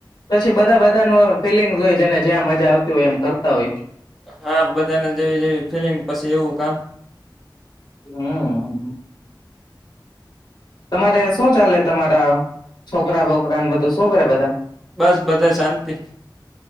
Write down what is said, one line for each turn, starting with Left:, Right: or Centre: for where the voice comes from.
Left: પછી બધા બધા ન ફિલિંગ્સ હોયને, જ્યાં મજા આવતી હોય એમ કરતા હોય.
Centre: હા બધાને જેવી જેવી ફિલિંગ પછી, એવું કામ
Left: હા, હ, હ તમારે શું ચાલે તમારા છોકરા, બોકરા ને બધું શું કરે બધા
Centre: બસ, બધા શાંતિ